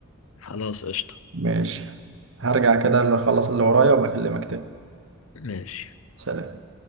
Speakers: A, on the left; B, on the right.
A: خلاص قشطة
B: ماشي هرجع كده اللي اخلص اللي ورايا وبكلمك تاني
A: ماشي
B: سلام